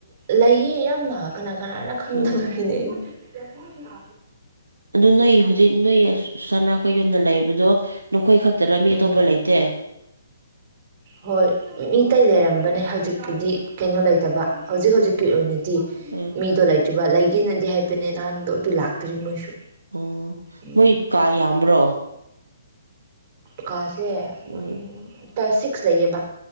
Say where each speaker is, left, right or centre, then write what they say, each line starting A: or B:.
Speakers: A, on the right; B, on the right.
A: ꯂꯩꯌꯦ ꯌꯥꯝꯅ ꯀꯅꯥ ꯀꯅꯥꯅ ꯈꯪꯗꯕꯅꯤꯅꯦ
B: ꯎꯝ
A: ꯑꯩ ꯄꯨꯅ
B: ꯑꯗꯨ ꯅꯣꯏ ꯍꯧꯖꯤꯛ ꯅꯣꯏ ꯁꯅ ꯑꯩꯈꯣꯏ ꯌꯨꯝꯗ ꯂꯩꯌꯦꯕꯗꯣ ꯑꯩꯈꯣꯏ ꯈꯛꯇꯗꯃꯤ
A: ꯎꯝ
B: ꯑꯇꯣꯞꯄ ꯂꯩꯇꯦ
A: ꯍꯣꯏ ꯃꯤ ꯇ ꯂꯩꯔꯝꯕꯅꯦ ꯍꯧꯖꯤꯛꯄꯨꯗꯤ ꯀꯩꯅꯣ ꯂꯩꯇꯕ ꯍꯧꯖꯤꯛ ꯍꯧꯖꯤꯛꯀꯤ ꯑꯣꯏꯅꯗꯤ
B: ꯎꯝ
A: ꯃꯤ ꯇꯣ ꯂꯩꯥꯏ ꯇ꯭ꯔꯤꯕ ꯂꯩꯒꯦꯅꯗꯤ ꯍꯥꯏꯕꯅꯦ ꯅꯍꯥꯟꯗꯣ ꯑꯗꯨ ꯂꯥꯛꯇꯔꯤ ꯃꯣꯏꯁꯨ
B: ꯑꯣ
A: ꯎꯝ
B: ꯃꯣꯏ ꯀꯥ ꯌꯥꯝ꯭ꯔꯣ
A: ꯀꯥ ꯁꯤ <unintelligible>
B: ꯎꯝ
A: ꯄꯥ ꯁꯤꯛꯁ ꯂꯩꯌꯦꯕ